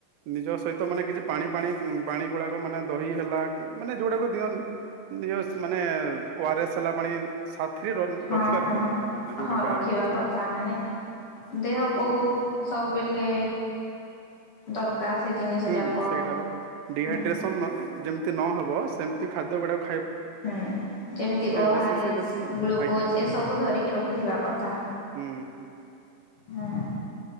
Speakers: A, on the right (about 85°); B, on the left (about 45°).
A: ନିଜ ସହିତ ମାନେ କିଛି ପାଣି ପାଣି ପାଣି ଗୁଡାକ ମାନେ ଦହି ହେଲା ମାନେ ଯୋଉଗୁଡାକ ଦିଅ ନିଜ ମାନେ ଓ ଆରଏସ୍ ହେଲା ପାଣି ସାଥ ଥିରେ ରଖିବା
B: ହଁ ହଁ
A: କଥା କଥା ତା ମାନେ ଯୋଉଠି
B: ହଁ
A: ବାହାରି
B: ରଖିବା
A: ଯାଉଛନ୍ତି
B: କଥା ମାନେ ଦେହକୁ ସବୁବେଳେ ଦରକାର ସେ ଜିନିଷ
A: ହୁଁ
B: ଯାକ
A: ସେଇଟାର ଡିହାଇଡ୍ରେସନ
B: ହୁଁ
A: ନଅ ଯେମିତି ନହବ ସେମ ଖାଦ୍ୟ ଗୁଡାକ
B: ହୁଁ ଯେମିତି ଓଆରେଶ
A: ବେଶୀ ସେ ବେଶୀ
B: ଗ୍ଲୁକୋଜ
A: ଆଜ୍ଞା
B: ଏସବୁ ଧରିକି ରଖିଥିବା କଥା
A: ହୁଁ
B: ହୁଁ